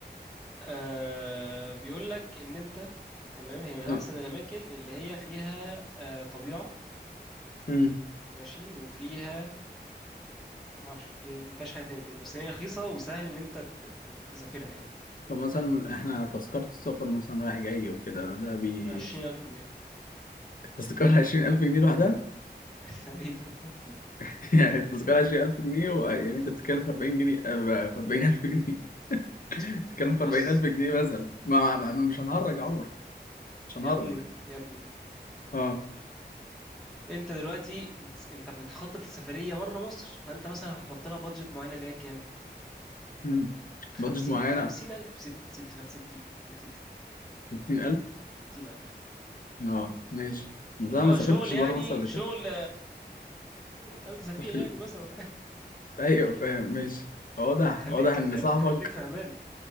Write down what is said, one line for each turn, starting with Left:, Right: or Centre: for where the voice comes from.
Centre: آه بيقول لك ان انت تمام هي من احسن
Left: آه.
Centre: الاماكن اللي هي فيها آه طبيعه
Left: امم
Centre: ماشي وفيها ما اعرفش فيها ما فيهاش حاجه تانية تقريبا بس هي رخيصه وسهل ان انت ت- ت- تسافرها يعني
Left: طب مثلا إحنا تذكرة السفر مثلا رايح جاي وكده ده بي
Centre: 20000 جنيه
Left: التذكرة عشرين ألف جنيه لوحدها
Centre: <laughs> تقريبا يعني
Left: <laughs> يعني التذكرة عشرين ألف جنيه و... يعني أنت بتتكلف أربعين جنيه آه، في أربعين ألف جنيه بتتكلم
Centre: ما هو
Left: في
Centre: بص
Left: 40000 جنيه مثلا ما ما- مش هنهرج يا عمر مش
Centre: يا
Left: هنهرج
Centre: ابني يا ابني
Left: اه
Centre: انت دلوقتي بتس... انت بتخطط لسفريه بره مصر فانت مثلا هتحط لها بادجت معينه اللي هي كام
Left: مم. بادجت
Centre: 50
Left: معينة
Centre: 50000 ست ست 60 خليك 60
Left: 60000
Centre: 60000
Left: اه ماشي بس انا
Centre: اللي هو
Left: ما سافرتش
Centre: شغل يعني
Left: بره مصر قبل
Centre: شغل
Left: كده
Centre: ثلاثة أسابيع
Left: في
Centre: يعني
Left: ال...
Centre: مثلا ولا حاجة.
Left: ايوه فاهم ماشي واضح
Centre: <laughs> خليك
Left: واضح ان
Centre: خل...
Left: صاحبك
Centre: خليك فهمان